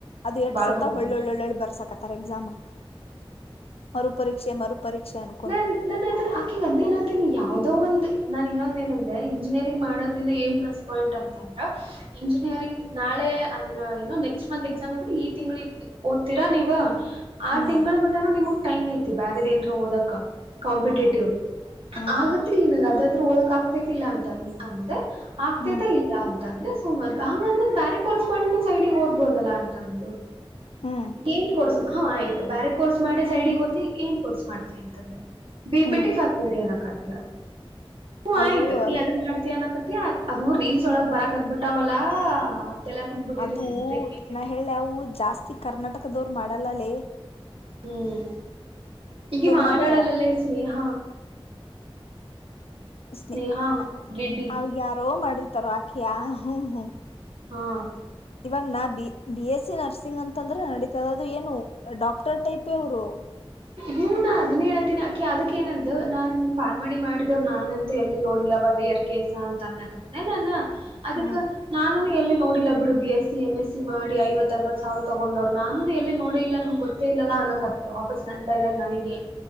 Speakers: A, on the left; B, on the right.
A: ಅದು ಎಷ್ಟಟ್
B: ಬಾಳ್
A: ಸತ
B: ಹೋಗ್ಬಿಟ್ಟೆ
A: ಒಳ್ಳೊಳ್ಳ ಒಳ್ಳೆ ಬರ್ಸಾಕತ್ತಾರೆ ಎಕ್ಸಾಮ ಮರು ಪೀಕ್ಷೆ ಮರು ಪರೀಕ್ಷೆನು
B: ನಾನನ್ ನಾನ ಆ್ತ ಆಕಿಗೆ ಅಂದೇಏನತೀನಿ ಯಾವ್ದೋ ಒಂದು ನಾನ್ ಇನ್ನೊಂದ ಏನಂದೆ ಇಂಜಿನಿಯರಿಂಗ್ ಮಾಡೋದ್ರಿಂದ ಏನ್ ಪ್ಲಸ್ ಪಾಯಿಂಟ್ ಅಂತ ಅಂದ್ರೆ ಇಂಜಿನಿಯರಿಂಗ್ ನಾಳೆ ಅಂದ್ರ ಏನೋ ನೆಕ್ಸ್ಟ್ ಮಂತ್ ಎಕ್ಸಾಮ್ ಇದ್ರೆ ಈ ತಿಂಗಳ ಓದ್ತತಿರಾ ನೀವು ಆ
A: ಹ್ಮ್
B: ತಿಂಗ್ಳ ಮಟ್ಟಾನ ನಿಮಕ್ ಟೈಮ್ ಐತಿ ಬ್ಯಾರದೇಏನ್ರರು ಹೋದಕ ಕಾಂಪಿಟೇಟಿವ್
A: ಹ್ಮ್ ಹ್ಮ್
B: ಆಗತ್ಲ್ಲ ನಿನಾಗ ಅದಾದ್ರೂ ಓದಕ ಆಗ್ತೈತಿಲ್ಲ ಅಂತ ಅಂದ ಆಗ್ತಿದೆ
A: ಹ್ಮ್
B: ಇಲ್ಲ ಅಂತ ಅಂದ್ರೆ ದ ಹಂಗಂದ್ರ ಬ್ಯಾರಿಕೋರ್ಸ್ ಮಾಡ ಸೈಡ್ಗೆ ಓದ್ಬೋದಲ್ಲ ಅಂತಂದು
A: ಹ್ಮ್
B: ಏನ್ ಕೋರ್ಸ್ ಹಾ ಆಯ್ತು ಬೇಾರೆ ಕೋರ್ಸ್ ಮಾಡಿ ಸೈಡ್ಗ್ ಹೋಗತಿ ಏನ್ ಕೋರ್ಸ್ ಮಾಡ್ತಿ ಅಂತಂದ್ರೆ ಬಿ
A: ಹ್ಮ್
B: ಬಿಟ್ಟಿ ಕಾತ್ಬೇಡಿ ಅನಕತ್ಲ ಹ್ಮ
A: ಅವರು
B: ಆಯ್ತ ನೀ ಅದ್ರ ಮಾಡ್ತೀ ಅನಕ ಅದ ರೀಲ್ಸ್ ಒಳಗ ಬರಕದ ಬಿಟ್ಟಾವಲ್ಲಾ ತಲ್ಯಾಗ ಕುಂದ್ಬಿಟ್ಟೈತಿ
A: ಅದು
B: ಆಕಿಗ್ ಬರೀ ಬಿ ಪಿ
A: ನ ನ
B: ಟಿ
A: ಹೇಳಿ ಅವು ಜಾಸ್ತಿ ಕರ್ನಾಟಕದವರು ಮಾಡಲ್ಲಲ್ಲೇ
B: ಹ್ಮ್ ಈಗ ಮಾಡಾಡಾಳಲ್ಲಲ್ಲೇ
A: ಮಾಡ್ತಾರ
B: ಸ್ನೇಹ
A: ಸ್ನೇಹ
B: ಸ್ನೇಹಾ
A: ಅಲ್ಲ
B: ಗಿಡ್ಡಿ
A: ಅವ ಯಾರೋ ಮಾಡ ತರಕಿಯ ಹ್ಮ ಹ್ಮ
B: ಹಾ
A: ಇವಾಗ ನಾ B B S C nursing ಅಂತಂದ್ರೆ ನಡೀತದ ಅದು ಏನು ಡಾಕ್ಟರ್ ಟೈಪ್ ಅವರು
B: ಹನಾ ಅದನ್ನ ಹೇಳ ನಕಿ ಅದಕ್ಕ ಏನಂದು ನಾನ್ ಪಲ್ಮಾಡಿ ಮಾಡಿದ್ರು ನಾನನ್ ಅಂತ ಎಲ್ಲಿ ನೋಡಿಲ್ಲ ಬಯರ್ ಕೇಸ ಅಂತ ಅನ್ ಅದುಕ್ಕೆ
A: ಹ್ಮ್
B: ನಾನು ನೇ ಎಲ್ಲಿ ನೋಡಿಲ್ಲ ಬಿಡು B S C M S C ಮಾಡ ಐವ ಅರವತ್ ಸಾವಿರ ತಗೊಂಡೋ್ ನಾನೇ ಎಲ್ಲಿ ನೋಡಿ ಇ ನಮ್ ಗೊ ಇಲ್ಲ ಅ ಕತ್ ವಾಪಸ್ ನನ್ ಡೈಲಾಗ್ ನನಗೆ